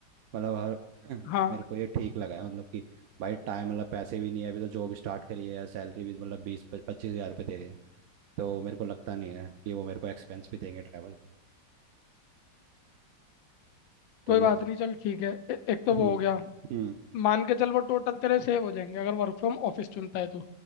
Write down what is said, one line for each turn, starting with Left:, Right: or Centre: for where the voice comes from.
Right: मतलब हर <clears throat>
Left: हाँ
Right: मेरे को ये ठीक लगा है मतलब कि भाई टाइम मतलब पैसे भी नहीं है अभी तो जॉब स्टार्ट करी है सैलरी भी मतलब बीस पच्चीस हजार रुपये दे रहे हैं तो मेरे को लगता नहीं है कि वो मेरे को एक्सपेंस भी देंगे ट्रैवल का तो
Left: कोई
Right: ये
Left: बात नहीं चल ठीक है ए, एक तो
Right: हम्म
Left: वो हो गया
Right: हम्म
Left: मान के चल वो टोटल तेरे सेव हो जाएंगे अगर वर्क फ्रॉम ऑफिस चुनता है तो